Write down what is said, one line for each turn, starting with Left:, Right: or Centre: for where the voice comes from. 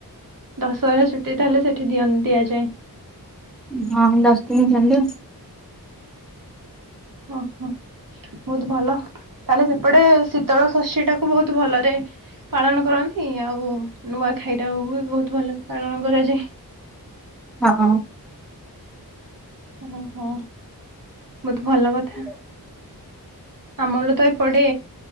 Right: ଦଶହରା ଛୁଟି ତାହେଲେ ସେଠି ଦିଅନ୍ତି ଏ ଯାଏ।
Centre: ହଁ ଦଶ ଦିନି ଯାଣିଲୁ।
Right: ଓହୋ। ବହୁତ ଭଲ ତାହେଲେ ସେପଟେ ଶୀତଳ ଶସ୍ୟ ଟାକୁ ବହୁତ ଭଲରେ ପାଳନ କରନ୍ତି ଆଉ ନୂଆଁଖାଇ ଟାକୁ ବି ବହୁତ ଭଲରେ ପାଳନ କରାଯାଏ।
Centre: ହଁ।
Right: ଓହୋ ବହୁତ ଭଲ କଥା।
Centre: ହଁ
Right: ଆମର ତ ଏପଟେ